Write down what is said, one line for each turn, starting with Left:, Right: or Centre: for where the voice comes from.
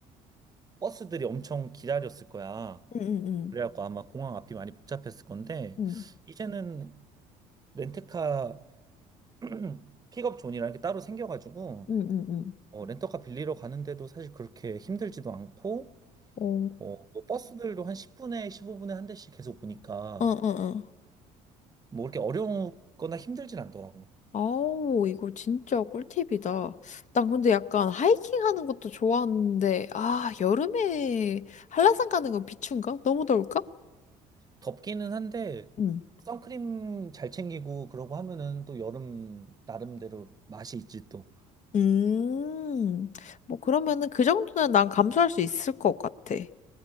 Right: 버스들이 엄청 기다렸을 거야.
Left: 응, 응,
Right: 그래갖고 아마 공항 앞이 많이 복잡했을 건데
Left: 응,
Right: 이제는 렌트카 <clears throat> 픽업 존이라는 게 따로 생겨가지고
Left: 응, 응, 응.
Right: 어, 렌터카 빌리러 가는데도 사실 그렇게 힘들지도 않고
Left: 오,
Right: 어, 뭐 버스들도 한 10분에 15분에 한 대씩 계속 보니까
Left: 응, 응, 응.
Right: 뭐 그렇게 어려우거나 힘들진 않더라고.
Left: 아우, 이거 진짜 꿀팁이다. 난 근데 약간 하이킹 하는 것도 좋아하는데, 아, 여름에 한라산 가는 건 비추인가? 너무 더울까?
Right: 덥기는 한데
Left: 응.
Right: 선크림 잘 챙기고 그러고 하면은 또 여름 나름대로 맛이 있지 또.
Left: 음, 뭐 그러면은 그 정도는 난 감수할 수 있을 것 같아. 응,